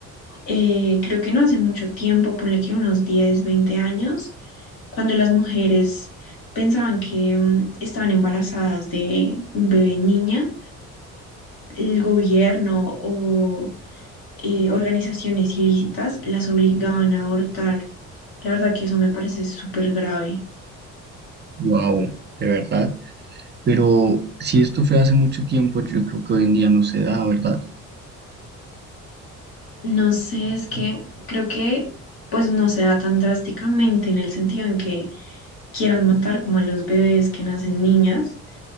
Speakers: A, on the left (about 65°); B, on the right (about 25°).
A: eh, creo que no hace mucho tiempo, ponle que unos 10, 20 años, cuando las mujeres pensaban que mm, estaban embarazadas de un bebé niña, el gobierno o eh, organizaciones ilícitas las obligaban a abortar. La verdad que eso me parece súper grave.
B: Wow, de verdad. Pero si esto fue hace mucho tiempo, yo creo que hoy en día no se da, ¿verdad?
A: No sé, es que creo que pues no se da tan drásticamente en el sentido en que quieran matar como a los bebés que nacen niñas,